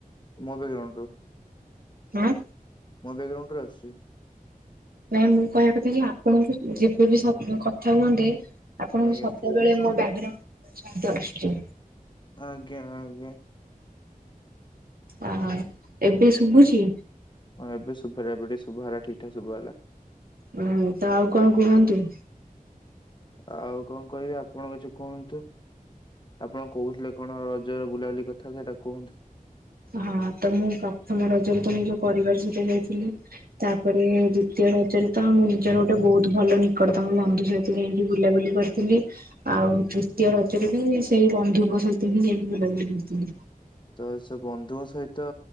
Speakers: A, on the left; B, on the right.
A: ମୋ ଵ୍ୟାଗ୍ରାଉଣ୍ଡ ରୁ।
B: ଆଁ।
A: ମୋ ବ୍ୟାଗ୍ରାଉଣ୍ଡ ରୁ ଆସୁଛି।
B: ନାଇଁ ମୁଁ କହିବା କଥା ଯେ ଆପଣଙ୍କୁ ଯେବେ ବି ଶବ କଥା ହୁଅନ୍ତି। ଆପଣଙ୍କୁ
A: ଆଜ୍ଞା
B: ସବୁବେଳେ ମୋ ବ୍ୟାଗ୍ରାଉଣ୍ଡ ଶବ୍ଦ ଆସୁଛି।
A: ଆଜ୍ଞା ଆଜ୍ଞା।
B: ୱାଓ ଏବେ ଶୁଭୁଛି।
A: ହଁ ଏବେ ଶୁଭା <unintelligible> ଶୁଭା ହେଲା ଠିକ ଠାକ ଶୁଭା ହେଲା।
B: ହୁଁ ତ ଆଉ କଣ କୁହନ୍ତୁ?
A: ଆଉ କଣ କହିବି ଆପଣ କିଛି କୁହନ୍ତୁ? ଆପଣ କହୁଥିଲେ କଣ ରଜର ବୁଲାବୁଲି କଥା ସେଟା କୁହନ୍ତୁ।
B: ହଁ ତ ମୁଁ ପ୍ରଥମ ରଜରେ ତ ନିଜ ପରିବାର ସହିତ ଯାଇଥିଲି। ତାପରେ ଦ୍ଵିତୀୟ ରଜରେ ତ ଆମ ନିଜର ଗୋଟେ ବହୁତ ଭଲ ନି ନିକଟତମ ବନ୍ଧୁ ସହିତ ଯାଇକି ବୁଲାବୁଲି କରିଥିଲି। ଆଉ ତୃତୀୟ ରଜରେ ବି ସେଇ ବନ୍ଧୁଙ୍କ ସହିତ ହିଁ ଯାଇକି <unintelligible>
A: ତ ସେ ବନ୍ଧୁଙ୍କ ସହିତ